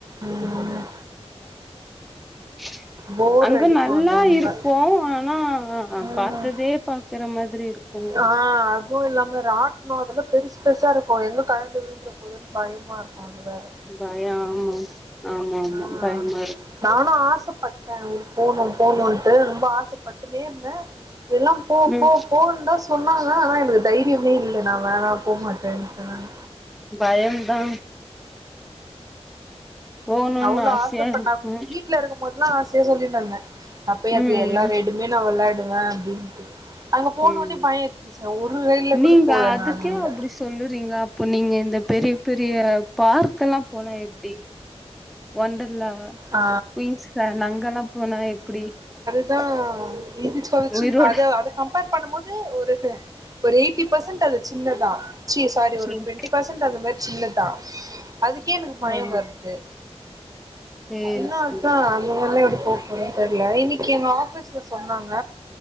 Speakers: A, on the right; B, in the centre.
A: ம்
B: <inaudible>
A: போர்
B: அங்க
A: அடிக்கு
B: நல்லா
A: அது ரொம்ப
B: இருக்கு ஆனா
A: ம்
B: பாத்ததே பாக்குற மாதிரி இருக்கு
A: ஆ அது இதுவு இல்லாம ராட்ணோ அதெல்லா பெருசு பெருசா இருக்கு எங்க கழண்டு விழுந்துற போதோன்னு பயமா இருக்கு அது வேற
B: பயோ ஆமா ஆமா ஆமா
A: ஆ
B: பயமா இருக்கு
A: நானு ஆசைப்பட்டே உ போனு போனுன்ட்டு ரொம்ப ஆசைப்பட்டுட்டே இருந்தே எல்லாம் போ
B: ம்
A: போ போன்தா சொன்னாங்க ஆனா எங்களுக்கு தைரியமே இல்ல நா வேணா போ மாட்டேன்ட்ட நானு
B: பயந்தா போணுன்னு
A: அவ்ளோ
B: ஆசையா
A: ஆசப்பட்
B: இருக்கு
A: நா வீட்ல இருக்கும் போதுலா ஆசையா சொல்லிட்டுந்தே நா போய் அப்டி
B: ம்
A: எல்லா ரெய்டுமே நா வெளாடுவே அப்டின்ட்டு அங்க போனவுன்னே
B: ம்
A: பய எத்துச்சு ஒரு ரயில்ல கூட
B: நீங்க
A: போல
B: அதுக்கே
A: நானு அங்க
B: அப்டி சொல்லுறீங்க அப்போ நீங்க இந்த பெரிய பெரிய பார்க்கெல்லா போனா எப்டி ஒண்டர்லா
A: ஆ
B: குயின்ஸ்கேன் அங்கெல்லா போனா எப்புடி
A: அதா இது <unintelligible>
B: உயிரோட
A: அது அத கம்பேர் பண்ணும்போது ஒரு ஒரு எயிட்டி பசன்ட் அது சின்னதா ச்சி சாரி ஒரு
B: ம்
A: டுவெண்ட்டி பசன்ட் அந்த மாரிச் சின்னதா அதுக்கே எனக்கு பய
B: ஆ
A: வருது
B: சேரி
A: இன்னு
B: சேரி
A: அதா அந்தமாரில்லா எப்டி போ போறேன் தெர்ல இன்னிக்கி எங்க ஆ ஃபிஸ்ல சொன்னாங்க